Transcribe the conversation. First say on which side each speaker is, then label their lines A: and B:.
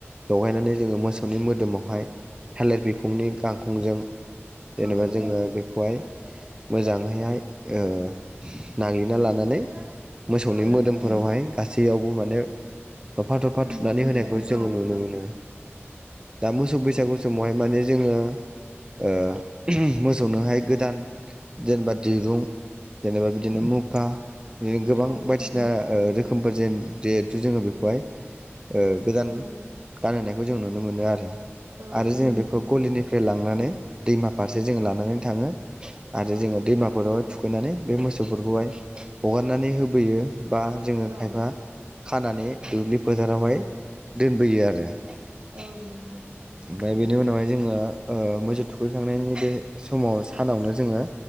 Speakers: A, on the right (about 20°); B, on the right (about 70°).
A: लगायनानै जोङो मोसौनि मोदोमावहाय थालिर बिखुंनि गांखंजों। जेनेबा
B: औ
A: जोङो बेखौहाय। मोजाङैहाय ओ नागिरना लानानै। मोसौनि
B: औ
A: मोदोमफोरावहाय गासैयावबो माने दफा दफा
B: खननानै
A: थुनानै होनायखौ
B: होनाय
A: जोङो
B: औ
A: नुनो मोनो दा मोसौ बैसागु
B: औ
A: समावहाय माने। जोङो ओ मोसौनोहाय गोदान जेनेबा दिरुं। जेनेबा बिदिनो मुखा। बिदिनो गोबां
B: औ
A: बायदिसिना ओ रोखोमफोर जेन जेहेथु जोङो बेखौहाय। ओ गोदान
B: औ
A: गानहोनायखौ जों नुनो मोनो आरो
B: औ
A: आरो
B: नंगौ
A: जोङो बेखौ
B: नोंथां
A: गलिनि फ्राय लांनानै दैमा फारसे जोङो लानानै थाङो। आरो
B: औ
A: जोङो दैमाफोरावहाय थुखैनानै बे मोसौफोरखौहाय हगारनानै होबोयो बा जों। जोङो
B: औ
A: खायफा खानानै दुब्लि फोथारावहाय दोनबोयो आरो। ओमफ्राय
B: औ नंगौ
A: बेनि उनावहाय जोङो ओ मोसौ थुखै। थांनायनि बे समाव सानावनो जोङो